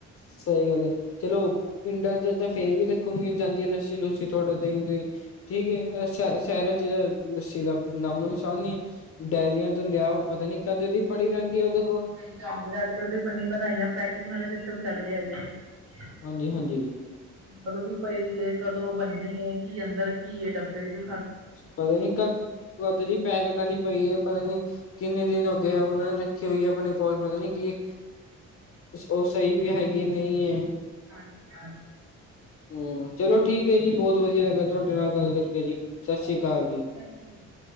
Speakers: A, on the left; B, on the right.
A: ਸਹੀ ਗੱਲ ਐ ਚਲੋ ਪਿੰਡਾਂ ਚ ਤਾਂ ਫੇਰ ਵੀ ਦੇਖੋ ਮਿਲ ਜਾਂਦੀ ਹੈ ਲੱਸੀ- ਲੁਸੀ ਥੋਡਾ ਦਹੀਂ-ਦੂਹੀ। ਠੀਕ ਐ ਸ਼ ਸ਼ਹਿਰਾਂ ਲੱਸੀ ਦਾ ਨਾਮੋ ਨਿਸ਼ਾਨ ਨੀ ਹੈ। ਡਾਇਰੀਆਂ ਤੋਂ ਲਿਆਓ ਪਤਾ ਨੀ ਕਦੇਦੀ ਪੜੀ ਰਹਿੰਦੀ ਹੈ ਉਹਦੇ ਕੋਲ।
B: <inaudible> ਅੱਜ-ਕੱਲ ਤੇ ਬਣੀ ਬਣਾਈਆਂ ਪੈਕਿੰਗ ਵਾਲੇ ਸਿਸਟਮ ਚੱਲ ਗਏ ਹੈਗੇ।
A: ਹਾਂਜੀ-ਹਾਂਜੀ
B: ਕਦੋਂ ਦੀ ਪਈ ਦੀ ਕਦੋਂ ਬਣੀ ਕੀ ਅੰਦਰ ਕੀ ਹੈ ਡੱਬੇ ਦੇ
A: ਪਤਾ ਨੀ ਕਦ ਕਦ ਦੀ ਪੈਕਟ ਆਲੀ ਪਈਏ ਪਤਾ ਨੀ ਕਿੰਨੇ ਦਿਨਾ ਦਾ ਉਹਨਾਂ ਨੇ ਰੱਖੀ ਹੋਈ ਹੈ ਆਪਣੇ ਕੋਲ ਪਤਾ ਨੀ ਕਿ ਔ ਸਹੀ ਵੀ ਹੈਗੀ ਐ ਨਹੀਂ ਐ।
B: ਅੱਛਾ
A: ਹੂੰ ਚਲੋ ਠੀਕ ਹੈ ਜੀ ਬਹੁਤ ਵਧੀਆ ਲੱਗਾ ਤੁਹਾਡੇ ਨਾਲ ਗੱਲ ਕਰਕੇ ਜੀ। ਸਤਿ
B: ਓ
A: ਸ੍ਰੀ ਅਕਾਲ
B: ਕੇ ਜੀ ਸਤਿ ਸ੍ਰੀ ਅਕਾਲ।